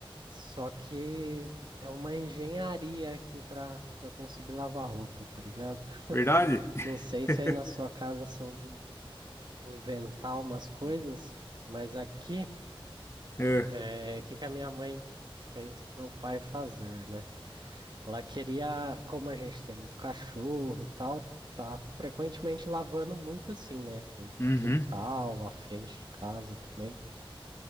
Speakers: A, on the right (about 50°); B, on the left (about 30°).
A: só que é uma engenharia aqui pra, pra conseguir lavar roupa, tá ligado?
B: verdade?
A: Não sei
B: <laughs>
A: se aí na sua casa são de inventar umas coisas, mas aqui
B: É,
A: é o que que a minha mãe fez meu pai fazer, né? Ela queria, como a gente tem muito cachorro e tal, tá frequentemente lavando muito assim, né? O
B: uhum,
A: quintal, a frente de casa também.